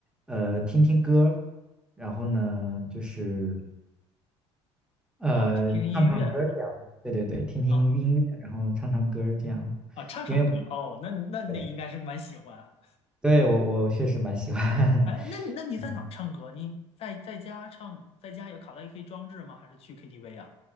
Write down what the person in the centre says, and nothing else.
呃听听歌，然后呢就是呃唱唱歌这样，
对对对，听听音乐，
然后唱唱歌这样，
因为我
对对我我确实蛮喜欢，
<laughs> 嗯。